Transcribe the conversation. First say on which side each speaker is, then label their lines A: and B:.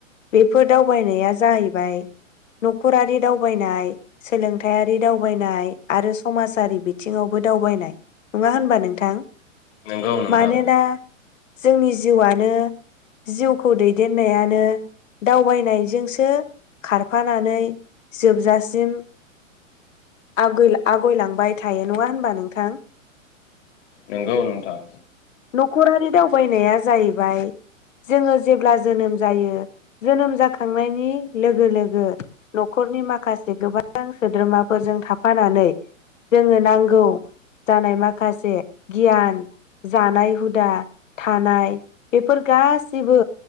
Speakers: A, on the left; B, on the left.
A: बेफोर दावबायनाया जाहैबाय नखरारि दावबायनाय सोलोंथायारि दावबायनाय आरो समाजारि बिथिङावबो दावबायनाय नङा होनबा नोंथां।
B: नंगौ नोंथां
A: मानोना जोंनि जिउआनो जिउखौ दैदेननायानो दावबायनायजोंसो खारफानानै जोबजासिम आगयलांबाय थायो नङा होनबा नोंथां।
B: नंगौ नोंथां
A: न न'खरारि दावबायनाया जाहैबाय जोङो जेब्ला जोनोम जायो जोनोम जाखांनायनि लोगो लोगो न'खरनि माखासे गोबां सोद्रोमाफोरजों थाफानानै जोङो नांगौ जानाय माखासे गियान जानाय हुदा थानाय बेफोर गाैबो